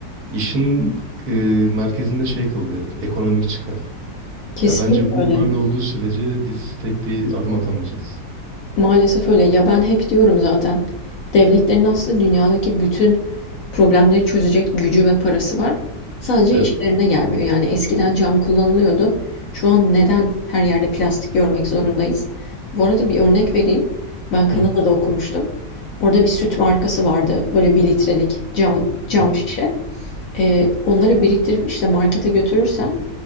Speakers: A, on the right; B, on the left.
A: işin e, merkezinde şey kalıyor hep ekonomik çıkar.
B: Kesinlikle
A: Ya bence bu
B: öyle.
A: böyle olduğu sürece biz tek bir adım atamayacağız.
B: Maalesef öyle. Ya ben hep diyorum zaten. Devletlerin aslında dünyadaki bütün problemleri çözecek gücü ve parası var. Sadece
A: Evet.
B: işlerine gelmiyor. Yani eskiden cam kullanılıyordu. Şu an neden her yerde plastik görmek zorundayız? Bu arada bir örnek vereyim. Ben Kanada'da
A: Hı.
B: okumuştum. Orada bir süt markası vardı. Böyle bir litrelik cam cam
A: Hı hı.
B: şişe. Ee, onları biriktirip işte markete götürürsen